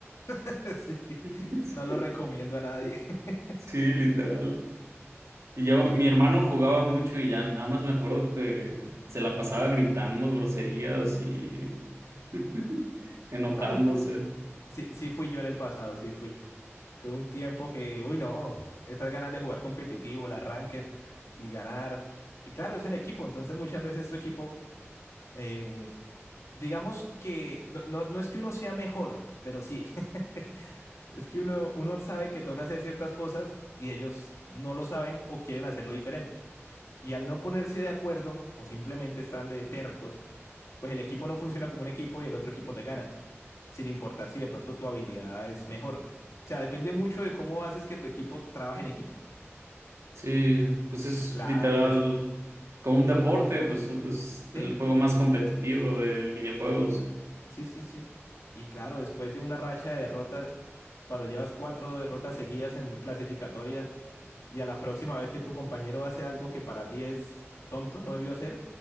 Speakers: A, on the left; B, on the right.
A: <laughs> Sí,
B: <laughs>
A: no lo recomiendo a nadie. <laughs>
B: Sí, literal. Y yo,
A: Es
B: mi
A: que
B: hermano jugaba mucho y ya nada más me acuerdo que se la pasaba gritando groserías y <laughs> enojándose.
A: al- sí, sí fui yo en el pasado, sí fui. Tuve un tiempo que, uy, no, esas ganas de jugar competitivo, el ranked y ganar. Y claro, es en equipo, entonces muchas veces tu equipo, eh, digamos que no, no- no es que uno sea mejor, pero sí, <laughs> es que uno, uno sabe que toca hacer ciertas cosas y ellos no lo saben o quieren hacerlo diferente. Y al no ponerse de acuerdo o simplemente están de tercos, pues el equipo no funciona como un equipo y el otro equipo te gana, sin importar si de pronto tu habilidad es mejor. O sea, depende mucho de cómo haces que tu equipo trabaje en equipo.
B: Sí, pues es
A: Y claro,
B: literal
A: después...
B: como un deporte, pues es el
A: Sí,
B: juego más competitivo de videojuegos.
A: sí, sí, sí. Y claro, después de una racha de derrotas, cuando llevas cuatro derrotas seguidas en clasificatoria y a la próxima vez que tu compañero hace algo que para ti es tonto, no debió hacer,